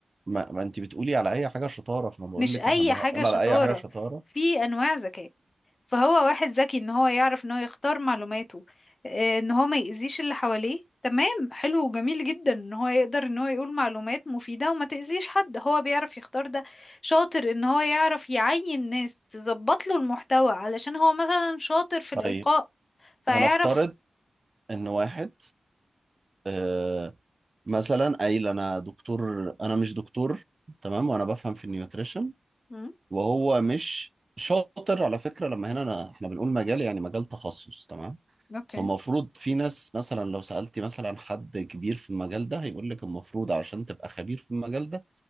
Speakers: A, on the right (about 45°); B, on the left (about 50°).
A: ما, ما انت بتقولي على اي حاجه شطاره فانا بقول
B: مش
A: لك
B: اي
A: احنا لو
B: حاجة
A: هنقول
B: شطارة
A: على اي حاجه شطاره
B: في انواع ذكاء فهو واحد ذكي ان هو يعرف ان هو يختار معلوماته آه، ان هو ما يأذيش اللي حواليه تمام حلو وجميل جدا ان هو يقدر ان هو يقول معلومات مفيدة وما تأذيش حد هو بيعرف يختار ده شاطر ان هو يعرف يعين ناس تظبط له المحتوى علشان هو مثلا شاطر في الإلقاء
A: طيب
B: فيعرف
A: هنفترض ان واحد آه مثلا قايل انا دكتور انا مش دكتور تمام وانا بفهم في النيوتريشن
B: مم،
A: وهو مش شاطر على فكره لما هنا أنا احنا بنقول مجال يعني مجال تخصص تمام
B: اوكي
A: فالمفروض في ناس مثلا لو سالتي مثلا حد كبير في المجال ده هيقول لك المفروض علشان تبقى خبير في المجال ده